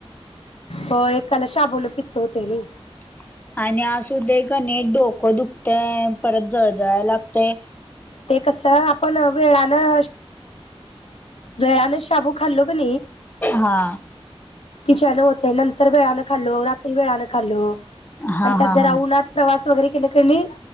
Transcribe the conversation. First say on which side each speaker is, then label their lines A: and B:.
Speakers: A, on the left; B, on the left.
A: हो एकाला शाबुलं पित्त होते ना.
B: <unintelligible> आणि अस कणी डोकं दुखतय परत जळजळायला लागतेय.
A: ते कसं आपण वेळानं, वेळानं शाबू खाल्लो क नाही.
B: हा?
A: तिच्यानं होतं नंतर वेळाानं खाल्लो रात्री वेळाानं खाल्लो
B: हा
A: आणि
B: हा
A: त्यात जरा
B: हा
A: उन्हात.. प्रवास वगैरे केले कणी